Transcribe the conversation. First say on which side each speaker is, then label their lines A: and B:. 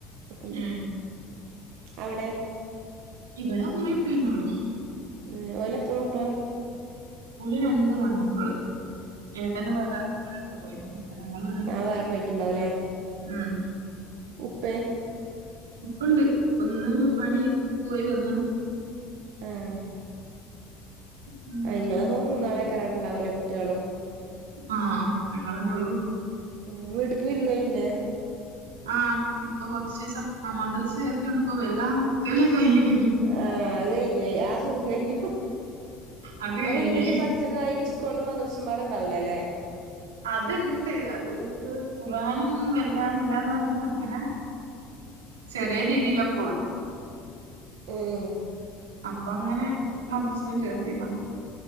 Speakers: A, on the right (about 65°); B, on the right (about 85°).
A: ഒക്കണ്ട്
B: ഏഹ്
A: അവടെ
B: ഇവടെ ഉമ്മി ഉപ്പിയെന്നൊള്ളു
A: ഏഹ് ഓലെത്ര മക്കള
B: ഓല് രണ്ട് ആൺമക്കള് ഏട്ടന് വേറെ വീടെടുത്തു പോയിണു ഞങ്ങള്‌വടെ
A: ആഹ് വേറെ പോയിട്ടുണ്ടാവുംല്ലേ
B: ഉം
A: ഉപ്പേ
B: ഉപ്പണ്ട് പ്പന്ന് പണി പോയിവന്നണ്
A: ഏഹ്
B: അങ്ങനെയൊക്കെയാണ്
A: ആ ഇങ്ങളപ്പോ മൂന്നാളേക്കാരം അവട ണ്ടാവലേ കുട്ടേളും
B: ആഹ് ഞങ്ങളെന്നൊള്ളു
A: ഏഹ് വീട്ട്ക്ക് വിരുന്നോയില്ലേ
B: ആഹ് ഇപ്പൊ കൊറച്ചീസം അ മദ്രസ ചേർത്തിയോണ്ട് ഇപ്പൊ വെല്ലാ നിക്കല് കയ്യൂല
A: ആഹ് അത് കഴിഞ്ഞോയ് ആ സുഖം കഴിഞ്ഞു
B: അത് കഴിഞ്ഞ്
A: അപ്പൊ ഇബല്‌ പഠിച്ചെണ്ണയില് സ്കോളും മദർസും പാടണ്ടാവൂല്ല ല്ലേ
B: അത്ണ്ട് അത് ഖുർആനൊന്നും വെല്ലാ ഇല്ലാന്ന് പറഞ്ഞ് അങ്ങനെ ചെറേ രീതിയിലൊകൊള്ളു
A: ഏഹ്
B: അപ്പങ്ങനെ മദ്രസിലും ചേർത്തിതാ